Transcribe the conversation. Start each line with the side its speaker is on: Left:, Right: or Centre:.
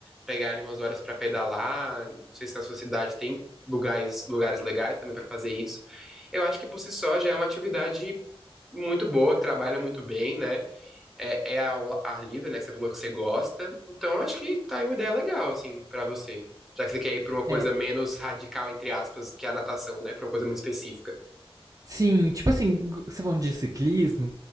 Centre: pegar ali umas horas pra pedalar. Não sei se na sua cidade tem lugares, lugares legais também pra fazer isso. Eu acho que por si só já é uma atividade muito boa, que trabalha muito bem, né? é, é ao ar livre, né? Que você falou que você gosta. Então, acho que tá aí uma ideia legal, assim, pra você. Já que você quer ir pra uma coisa
Right: É,
Centre: menos radical, entre aspas, que a natação, né? Pra uma coisa muito específica.
Right: sim, tipo assim, g- você falando de ciclismo,